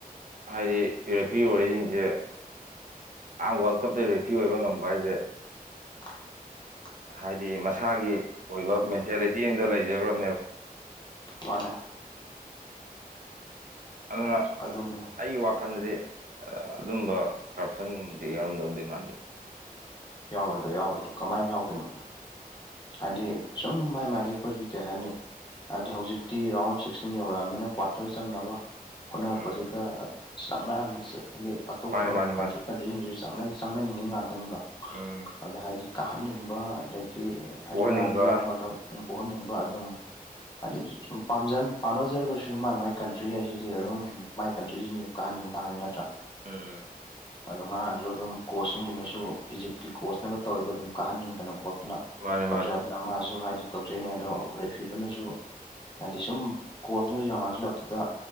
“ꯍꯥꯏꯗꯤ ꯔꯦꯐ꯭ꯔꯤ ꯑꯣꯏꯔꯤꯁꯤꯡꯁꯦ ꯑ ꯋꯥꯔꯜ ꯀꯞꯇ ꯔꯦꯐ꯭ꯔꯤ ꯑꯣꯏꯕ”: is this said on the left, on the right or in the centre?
Right